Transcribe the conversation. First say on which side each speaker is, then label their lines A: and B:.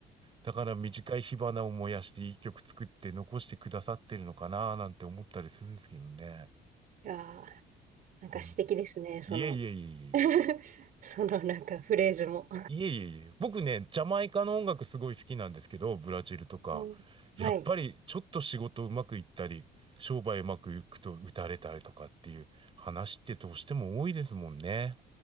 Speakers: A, on the right (about 30°); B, on the right (about 55°).
A: だから短い火花を燃やして一曲作って残してくださってるのかなぁなんて思ったりするんですけどね。
B: やー、なんか詩的ですね、
A: うん。
B: その
A: いえいえいえいえいえ。
B: <laughs> そのなんかフレーズも。
A: いえいえいえ、僕ね、ジャマイカの音楽すごい好きなんですけど、ブラジルとか、
B: うんはい。
A: やっぱりちょっと仕事うまくいったり、商売うまくいくと打たれたりとかっていう話ってどうしても多いですもんね。